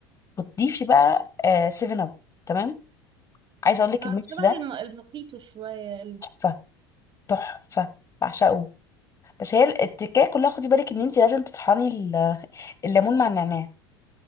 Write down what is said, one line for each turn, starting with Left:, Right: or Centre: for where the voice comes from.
Left: وتضيفي بقى سيفن اب تمام عايزه اقول لك
Right: اه
Left: الميكس
Right: شبه
Left: ده
Right: الم- المخيط شوية
Left: تحفه تحفه بعشقه بس هي التكايه كلها خدي بالك ان انت لازم تطحني ال- الليمون مع النعناع